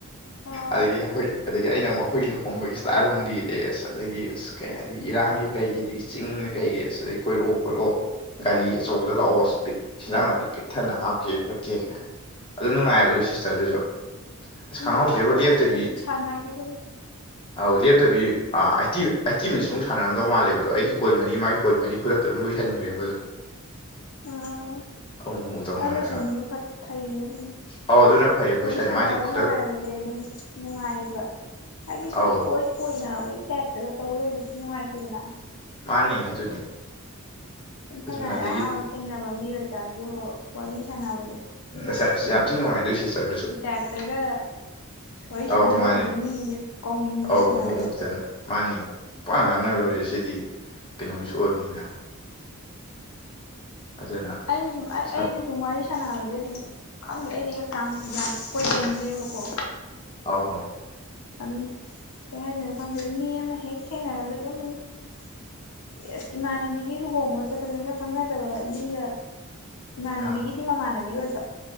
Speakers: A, on the left; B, on the left.
A: ꯑꯣ
B: ꯑꯗꯒꯤ ꯑꯩꯈꯣꯏ ꯑꯗꯒꯤ ꯑꯩꯅ ꯑꯃꯨꯛ ꯑꯩꯈꯣꯏꯒꯤ ꯂꯨꯍꯣꯡꯕꯒꯤ ꯁ꯭ꯇꯥꯏꯜ ꯑꯃꯨꯛ ꯂꯤꯔꯦ ꯑꯁ ꯑꯗꯒꯤ ꯑꯁ ꯀꯩ ꯑꯗꯒꯤ ꯏꯔꯥꯡꯒꯤ ꯀꯩꯒꯤ ꯑꯗꯒꯤ ꯆꯤꯡ ꯀꯩꯒꯤ ꯑꯁ ꯀꯣꯏꯔꯛꯑꯣ ꯈꯣꯠꯂꯛꯑꯣ ꯒꯥꯔꯤ ꯑꯆꯧꯕꯗ ꯂꯥꯛꯑꯣ ꯍꯦꯟꯖꯥꯡ ꯅꯥꯄꯤ ꯄꯤꯛ ꯊꯟꯅ ꯍꯥꯞꯀꯦ ꯈꯣꯠꯀꯦ ꯀꯥꯏꯅ ꯑꯗꯨꯝ ꯅꯨꯡꯉꯥꯏꯕ ꯑꯗꯨ ꯁꯤꯁꯇꯔꯗꯨꯁꯨ ꯑꯁ
A: ꯎꯝ
B: ꯈꯪꯍꯧꯗꯦꯕ
A: ꯑꯩꯁꯨ
B: ꯂꯦꯞꯇꯕꯤ
A: ꯃ ꯊꯦꯡ ꯁꯥꯟꯅꯒꯤꯕꯅꯤ
B: ꯑꯧ ꯂꯦꯞꯇꯕꯤ ꯑ ꯑꯩꯇꯤ ꯑꯩꯇꯤ ꯑꯣꯏꯁꯨ ꯃꯨꯛ ꯁꯥꯟꯅꯔꯝꯗꯧ ꯃꯥꯜꯂꯦꯕ ꯗꯣ ꯑꯩꯒꯤ ꯀꯣꯜ ꯃꯔꯤ ꯃꯥꯒꯤ ꯀꯣꯜ ꯃꯔꯤ ꯈꯨꯗꯛꯇ ꯑꯗꯨꯝ ꯂꯣꯏꯁꯤꯟꯈ꯭ꯔꯦꯕ ꯑꯗꯨꯝ
A: ꯑꯥ
B: ꯑꯃꯨꯛ ꯑꯃꯨꯛ ꯇꯧꯅꯔꯒ
A: ꯑ ꯂꯣꯏꯁꯟꯕꯗꯨꯅ ꯐꯠ ꯐꯩ ꯑꯗꯨꯅ
B: ꯑꯧ ꯑꯗꯨꯅ ꯐꯩ ꯂꯣꯏꯁꯟ
A: ꯋꯥꯔꯤ ꯁꯥꯟꯅꯕ
B: ꯃꯥꯗꯤ ꯈꯨꯗꯛ
A: ꯅꯨꯡꯉꯥꯏꯕꯁꯦ ꯑꯗꯨꯝ ꯅꯨꯡꯉꯥꯏꯌꯦꯕ ꯍꯥꯏꯗꯤ ꯁꯨꯝ
B: ꯑꯧ
A: ꯏꯀꯣꯏ ꯀꯣꯏꯅꯕꯩ ꯇꯥꯢꯞꯇꯒ ꯇꯧ ꯂꯩꯕꯁꯨ ꯅꯨꯡꯉꯥꯏꯇꯦꯅ
B: ꯃꯥꯅꯦ ꯑꯗꯨꯅꯦ
A: ꯁꯨꯝꯅ
B: ꯑꯗꯨꯅ
A: ꯍꯥꯏꯔ
B: ꯑꯗꯒꯤ
A: ꯑꯍꯥꯟꯕ ꯊꯦꯡꯅꯕ ꯃꯤ ꯑꯣꯏꯇꯥꯔꯁꯨ ꯋꯥꯔꯤ ꯁꯥꯟꯅꯕꯗꯣ
B: ꯑꯁ ꯑꯁ ꯌꯥꯝ ꯊꯤꯅ ꯅꯨꯡꯉꯥꯏ ꯑꯗꯨꯢ ꯁꯤꯁꯇꯔꯗꯨꯁꯨ
A: ꯇꯥꯏꯞꯇꯒ ꯋꯥꯔꯤ
B: ꯑꯧ
A: ꯁꯥꯟꯅ ꯂꯩꯔꯗꯤ
B: ꯃꯥꯅꯦ
A: ꯃꯤꯖꯨ ꯀꯧꯅꯤꯡꯗꯦꯗꯅ
B: ꯑꯧ ꯃꯨꯛ ꯃꯨꯛꯇꯅ ꯃꯥꯅꯤ ꯄꯉꯥꯡ ꯉꯥꯡꯅ ꯂꯣꯏꯔꯦ ꯁꯤꯗꯤ ꯀꯩꯅꯣꯒꯤꯁꯨ ꯑꯣꯏꯕꯅꯤꯅ ꯑꯗꯨꯅ
A: ꯑꯩ ꯁꯨꯝ ꯑꯩ
B: ꯁꯅꯨ
A: ꯑꯩꯁꯨ ꯁꯨꯝ ꯋꯥꯔꯤ ꯁꯥꯅꯥꯕꯁꯦ ꯑꯗꯨꯝ ꯈꯪꯗꯦ ꯑꯩꯗꯤ ꯀꯥꯡ ꯌꯥꯝ ꯀꯣꯏꯒꯟꯗꯦꯕꯀꯣ
B: ꯑꯧꯅꯦ
A: ꯑꯗꯨꯝ ꯀꯩ ꯍꯥꯏꯗꯣꯏꯅꯣ ꯈꯪꯗꯦꯗ ꯃꯤ ꯑꯃ ꯍꯦꯛ ꯊꯦꯡꯅꯔꯁꯨ ꯑꯗꯨꯝ ꯏꯁ ꯏꯃꯥꯟꯅꯕꯤꯒꯤ ꯂꯨꯍꯣꯡꯕꯒ ꯆꯠꯄꯖꯦ ꯃꯁꯛ ꯈꯪꯅꯗꯕ ꯃꯤꯒ ꯏꯃꯥꯟꯅꯕꯤꯒꯤꯗꯤ
B: ꯑꯥ
A: ꯃꯃꯥꯟꯅꯕꯤ ꯑꯣꯏ